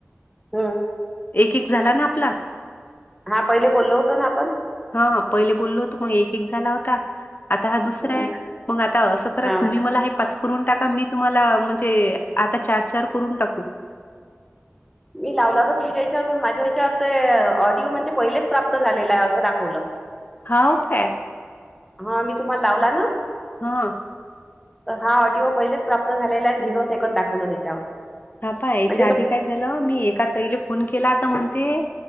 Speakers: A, in the centre; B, on the left.
A: हा.
B: एक एक झाला ना आपला.
A: हा पहिले बोललो होतो ना आपण?
B: हा पहिले बोललो होतो मग एक एक झाला होता आता हा दुसरा
A: हम्म
B: आहे. मग आता असं करा
A: हा
B: तुम्ही मला हे पाच करून टाका मी तुम्हाला म्हणजे आता चार चार करून टाकू.
A: मी लावला होता तुमच्या हेच्यावर पण माझ्या हेच्यावर ते ऑडिओ म्हणते पहिलेच प्राप्त झालेला आहे असं दाखवलं.
B: हाव काय?
A: हा मी तुम्हाला लावला ना.
B: हा.
A: हा ऑडिओ पहिलेच प्राप्त झालेल्या आणि झिरो सेकंद दाखवलं त्याच्यावर.
B: हा पाहाच्या
A: म्हणजे तो
B: आधी काय झालं, मी एका ताईला फोन केला आता म्हणते,